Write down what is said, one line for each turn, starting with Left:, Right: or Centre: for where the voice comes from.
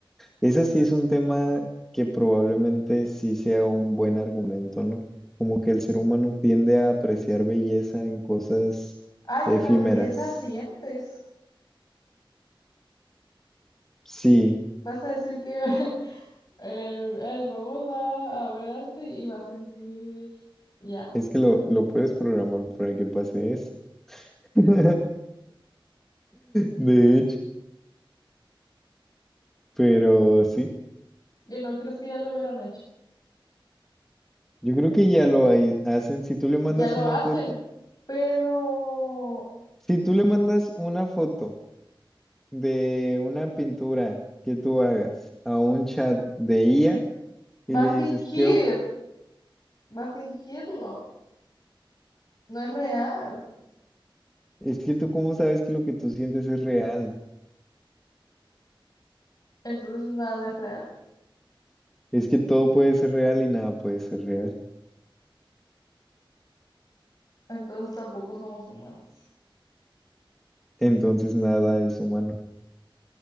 Centre: Ese sí es un tema que probablemente sí sea un buen argumento, ¿no? Como que el ser humano tiende a apreciar belleza en cosas
Left: Ay,
Centre: efímeras.
Left: en la belleza sientes.
Centre: Sí,
Left: Vas a decir que <laughs> eh, el robot va a ver arte y va a sentir ya.
Centre: es que lo, lo puedes programar para que pase eso. <laughs> De hecho, pero sí,
Left: Y no crees que ya lo hubieran hecho.
Centre: yo creo que ya lo hay- hacen. Si tú le mandas
Left: ya lo
Centre: una
Left: hacen,
Centre: foto,
Left: pero
Centre: si tú le mandas una foto de una pintura que tú hagas a un chat de IA y
Left: va
Centre: le
Left: a fingir,
Centre: dices, ¿qué,
Left: va a fingirlo, no es real,
Centre: Es que tú cómo sabes que lo que tú sientes es real.
Left: entonces nada es real,
Centre: Es que todo puede ser real y nada puede ser real.
Left: entonces tampoco somos humanos.
Centre: Entonces nada es humano.